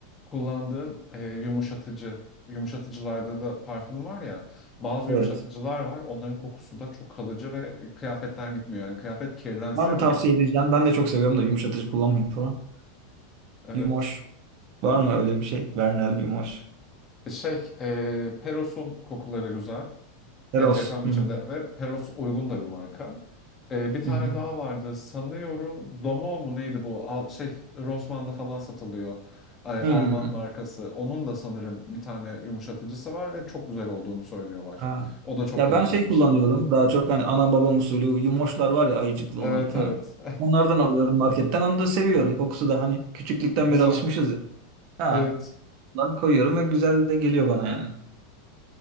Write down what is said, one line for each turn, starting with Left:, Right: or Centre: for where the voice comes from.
Left: Kullandığın ee, yumuşatıcı, yumuşatıcılarda da parfüm var ya. Bazı
Right: Evet.
Left: yumuşatıcılar var. Onların kokusu da çok kalıcı ve kıyafetten gitmiyor. Yani kıyafet kirlense
Right: Var mı tavsiye
Left: bile.
Right: edeceğim? Ben de çok seviyorum da yumuşatıcı kullanmayın falan.
Left: Evet.
Right: Yumoş. Var mı öyle bir şey? Vernel Yumoş.
Left: Şey, ee, Peros'un kokuları güzel.
Right: Eros.
Left: enteresan bir
Right: Hı
Left: biçimde
Right: hı.
Left: ve Peros uygun da bir marka. Ee, bir tane
Right: Hı hı.
Left: daha vardı sanıyorum Domol mu neydi bu Al- şey Rossmann'da falan satılıyor Ay,
Right: Hmm.
Left: Alman markası. Onun da sanırım bir tane yumuşatıcısı var ve çok güzel olduğunu söylüyorlar.
Right: Ha.
Left: O da çok
Right: Ya
Left: kalıcıymış.
Right: ben şey kullanıyorum. Daha çok hani anam babam usulü yumoşlar var ya ayıcıklı
Left: Evet
Right: olan. Ha.
Left: evet.
Right: Onlardan alıyorum marketten. Onu da seviyorum. Kokusu da hani küçüklükten
Left: <laughs> Güzel.
Right: beri alışmışız ya. Ha.
Left: Evet.
Right: Lan koyuyorum ve güzel de geliyor bana yani.